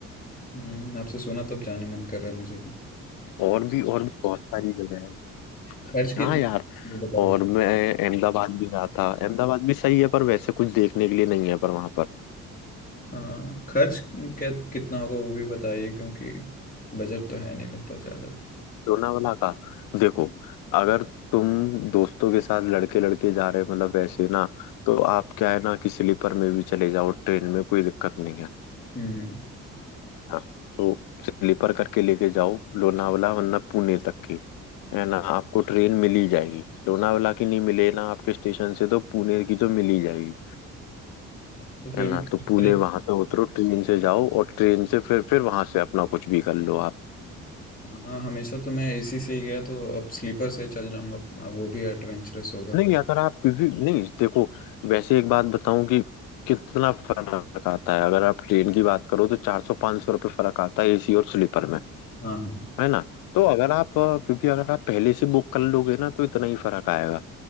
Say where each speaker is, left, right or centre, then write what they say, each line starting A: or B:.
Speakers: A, on the left; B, on the left.
A: है हम्म आपसे सुना तब जाने मन कर रहा है मुझे भी
B: और भी और भी बहुत सारी जगह है
A: खर्च कितना
B: हाँ यार
A: वो बता
B: और
A: दीजिए
B: मैं अहमदाबाद भी रहा था अहमदाबाद भी सही है पर वैसे कुछ देखने के लिए नहीं है पर वहां पर
A: हाँ खर्च कै- कितना होगा वो भी बताइए क्योंकि बजट तो है नहीं मेरे पास ज़्यादा
B: लोनावला का देखो अगर तुम दोस्तों के साथ लड़के लड़के जा रहे हो मतलब वैसे ना तो आप क्या है ना कि स्लीपर में भी चले जाओ ट्रेन में कोई दिक्कत नहीं है
A: हम्म
B: हाँ तो स्लीपर करके लेके जाओ लोनावला वरना पुणे तक की है ना आपको ट्रेन मिल ही जाएगी लोनावला की नहीं मिले ना आपके स्टेशन से तो पुणे की तो मिल ही जाएगी
A: तो फिर
B: है
A: मैं
B: ना तो पुणे वहां पे उतरो ट्रेन से जाओ और ट्रेन से फिर फिर वहां से अपना कुछ भी कर लो आप
A: हाँ हमेशा तो मैं एसी से ही गया तो अब स्लीपर से चल जाऊंगा हाँ, वो भी एडवेंचरस होगा पहले
B: नहीं अगर आप क्योंकि नहीं देखो वैसे एक बात बताऊं कि कितना फर्क आता है अगर आप ट्रेन की बात करो तो चार सौ पाँच सौ रुपये फर्क आता है एसी और स्लीपर में
A: हाँ हाँ
B: है ना तो अगर आप अ, क्योंकि अगर आप पहले से बुक कर लोगे ना तो इतना ही फर्क आएगा